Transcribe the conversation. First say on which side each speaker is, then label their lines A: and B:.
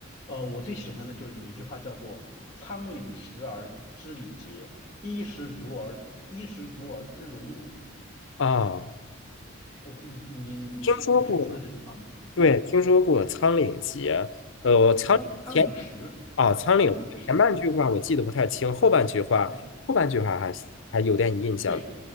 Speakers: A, on the left; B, on the left.
A: 呃，我最喜欢的就是有一句话叫做“仓廪实而知礼节，衣食足而衣食足而知荣辱”。
B: 啊，
A: 我不，你你你你记你还记得这句话吗？
B: 听说过，对，
A: 嗯，
B: 听说过《苍岭节》。呃，《苍岭》前
A: 呃仓仓廪实，
B: 啊，《苍岭》前半句话我记得不太清，
A: 仓廪实，
B: 后半句话后半句话还还有点印象。
A: 嗯，对，